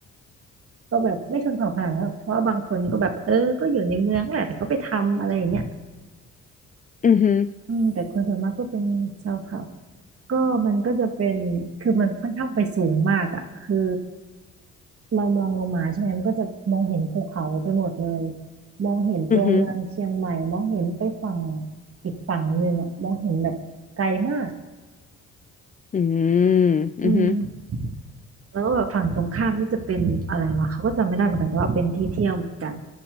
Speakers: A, on the right; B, on the left.
A: ก็แบบไม่ชนเผ่าขนาดนั้นหรอกเพราะว่าบางคนก็แบบเออก็อยู่ในเมืองแหละแต่ก็ไปทำอะไรอย่างเงี้ย
B: ือหือ
A: อืมแต่คนส่วนมากก็เป็นชาวเผ่าก็มันก็จะเป็นคือมันค่อนข้างไปสูงมากอ่ะคือเรามองลงมาใช่ไหมมันก็จะมองเห็นภูเขาไปหมดเลยมองเห็นตัวเมืองเชียงใหม่มองเห็นไปฝั่ง
B: ือหือ
A: อีกฝั่งหนึ่งอ่ะมองเห็นแบบไกลมาก
B: ืมอือหอ
A: อืมแล้วแบบฝั่งตรงข้ามนี่จะเป็นอะไรวะเขาก็จำไม่ได้เหมือนกันแต่ว่าเป็นที่เที่ยวเหมือนกัน